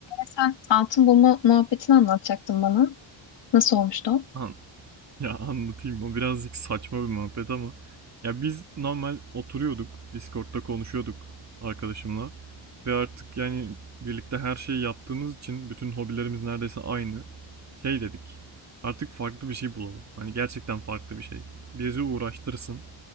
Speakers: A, on the left (about 60°); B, on the right (about 35°).
A: Sen altın bulma muhabbetini anlatacaktın bana. Nasıl olmuştu o?
B: An ya anlatayım o birazcık saçma bir muhabbet ama ya biz normal oturuyorduk Discord'da konuşuyorduk arkadaşımla ve artık yani birlikte her şeyi yaptığımız için bütün hobilerimiz neredeyse aynı şey dedik artık farklı bir şey bulalım hani gerçekten farklı bir şey bizi uğraştırsın